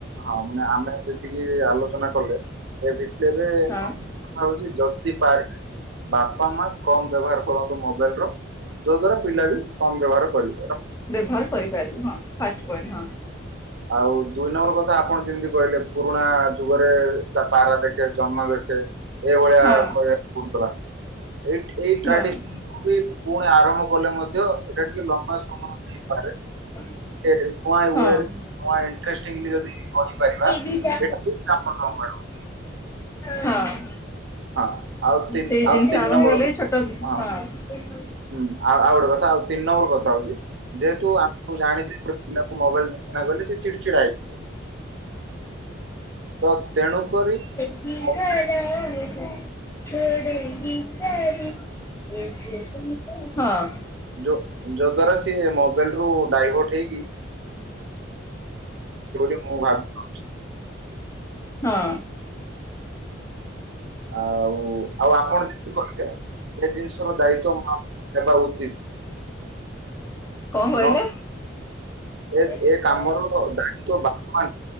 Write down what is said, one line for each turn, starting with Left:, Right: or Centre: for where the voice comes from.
Right: ହଁ ମାନେ ଆମେ ଯ ଯେତିକି ଆଲୋଚନା କଲେ ଏ ଭିତରେ
Left: କଥା।
Right: ପ୍ରଥମ
Left: ହଁ
Right: କଥା ହଉଛି ଯଦି ପାରି ବାପା ମା କମ ବ୍ୟବହାର କରନ୍ତୁ ମୋବାଇଲ ର ଯାଉ ଦ୍ଵାରା ପିଲା ବି କମ ବ୍ୟବହାର କରିବେ।
Left: ବ୍ୟବହାର କରିପାରିବେ ହଁ ଫାଷ୍ଟ ପଏଣ୍ଟ ହଁ।
Right: ଆଉ ଦୁଇ ନମ୍ବର କଥା ଆପଣ ଯେମିତି କହିଲେ ପୁରୁଣା ଯୁଗରେ ତା ପାରା ଦେଖେ ଜନ୍ମ ଦେଖେ ଏଇଭଳିଆ
Left: ହଁ
Right: କରିବାକୁ ପଡୁଥିଲା ଏଇଠି ଏଇ ଟ୍ରାଡିସନ
Left: ହଁ
Right: ବି ପୁଣି ଆରମ୍ଭ କଲେ ମଧ୍ୟ ଏଇଟା ଟିକେ ଲମ୍ବା ସମୟ ନେଇପାରେ।
Left: <inaudible>
Right: <unintelligible>
Left: ହଁ ହଁ
Right: ନୂଆ ଇଣ୍ଟ୍ରେଷ୍ଟିଙ୍ଗ ଯଦି କହିପାରିବା
Left: ଦିଟା।
Right: ଏଇଟା <unintelligible>
Left: ହଁ
Right: ହଁ ଆଉ ତିନି
Left: ସେଇ ଜିନିଷ
Right: ଆଉ ତିନି
Left: ଆରମ୍ଭ
Right: ନମ୍ବର
Left: ହେଲେ
Right: କ
Left: ଛୋଟ <unintelligible>
Right: ହଁ
Left: ହଁ।
Right: ହୁଁ ଆଉ ଆଉ ଗୋଟେ କଥା ଆଉ ତିନି ନମ୍ବର କଥା ହୋଉଚି ଯେହେତୁଆ ମୁ ଜାଣିଚି ଗୋଟେ ପିଲାକୁ ମୋବାଇଲ <unintelligible> ଚିଡ଼ଚିଡା ହେଇଯିବ ତ ତେଣୁକରି
Left: <unintelligible>
Right: ଇଣ୍ଟରେଷ୍ଟିଂ
Left: ହଁ।
Right: ଯୋ ଯୋ ଦ୍ୱାରା ସେ ମୋବାଇଲ ରୁ ଡାଇଭର୍ଟ ହେଇକି <unintelligible>
Left: ହଁ।
Right: ଆଉ ଆଉ ଆପଣ ଯେମିତି କହିଲେ ଏ ଜିନିଷର ଦାୟିତ୍ଵ ମୁଁ ଆପଣ ଙ୍କୁ ଦେବା ଉଚିତ୍।
Left: କଣ କହିଲେ?
Right: ନ ଏ
Left: ହଏ।
Right: ଏ କାମର ଦାୟିତ୍ୱ ବାପା